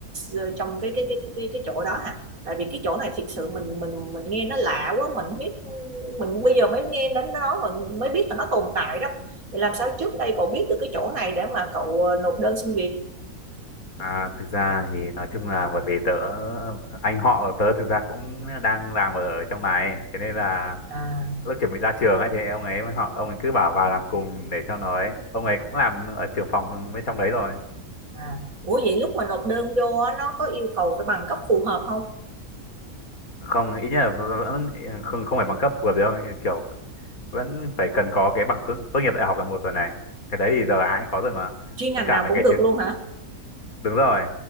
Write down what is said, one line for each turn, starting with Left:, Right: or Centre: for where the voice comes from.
Right: ờ, trong cái cái cái cái cái chỗ đó hả tại vì cái chỗ này thiệt sự mình mình mình nghe nó lạ quá mình biết mình bây giờ mới nghe đến nó mà mới biết là nó tồn tại đó thì làm sao trước đây cậu biết được cái chỗ này để mà cậu ờ, nộp đơn xin việc
Left: à, thực ra thì nói chung là bởi vì tớ anh họ của tớ thực ra cũng đang làm ở trong này thế nên là
Right: à
Left: lúc chuẩn bị ra trường ấy thì ông ấy họ ông ấy cứ bảo vào làm cùng để cho nó ấy ông ấy cũng làm ở trưởng phòng bên trong đấy rồi
Right: à ủa vậy lúc mà nộp đơn vô nó có yêu cầu phải bằng cấp phù hợp không
Left: không ít nhất là vẫn không không phải bằng cấp vừa đâu kiểu vẫn phải cần có cái bằng tốt tốt nghiệp đại học là một rồi này cái đấy thì giờ ai cũng có rồi mà
Right: chuyên ngành
Left: mấy cả
Right: nào
Left: mấy
Right: cũng
Left: cái
Right: được
Left: chứng
Right: luôn hả
Left: đúng rồi